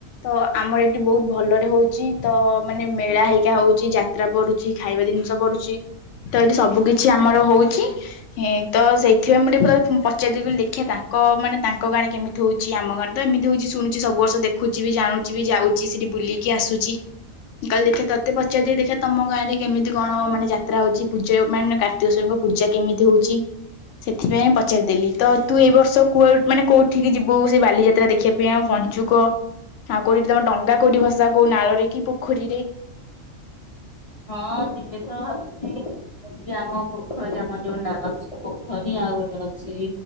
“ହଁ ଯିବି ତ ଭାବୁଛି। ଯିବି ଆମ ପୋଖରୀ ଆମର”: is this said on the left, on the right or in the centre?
Left